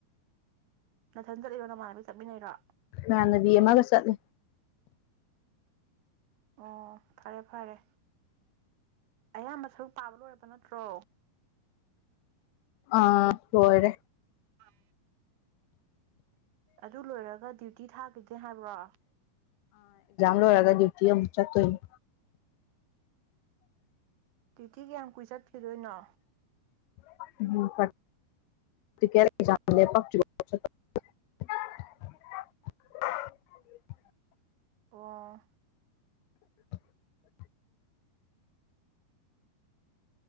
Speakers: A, on the right; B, on the left.
A: ꯅꯅꯥꯊꯟ ꯆꯠꯂꯤꯔꯣ ꯅꯃꯥꯟꯅꯕ ꯆꯠꯃꯤꯟꯅꯩꯔꯣ
B: ꯅꯥꯟꯅꯕꯤ ꯑꯃꯒ ꯆꯠꯂꯦ
A: ꯑꯣ ꯐꯔꯦ ꯐꯔꯦ ꯑꯌꯥꯝꯕ ꯁꯔꯨꯛ ꯄꯥꯕ ꯂꯣꯏꯔꯕ ꯅꯠꯇ꯭ꯔꯣ
B: ꯑꯥ ꯍꯔꯦ
A: ꯑ ꯑꯗꯨ ꯂꯣꯏꯔꯒ ꯗ꯭ꯌꯨꯇꯤ ꯊꯥ ꯑꯗꯨꯗꯤ ꯍꯥꯏꯕ꯭ꯔꯣ
B: ꯂꯣ ꯔꯒꯥꯗꯛꯇꯤꯌꯥ ꯃ꯭ꯔꯥꯛ ꯇꯣꯌ
A: ꯇꯤꯇꯤ ꯀꯌꯥꯝ ꯀꯨꯏ ꯆꯠꯈꯤꯗꯣꯏꯅꯣ
B: <unintelligible>
A: ꯑꯣ
B: <unintelligible>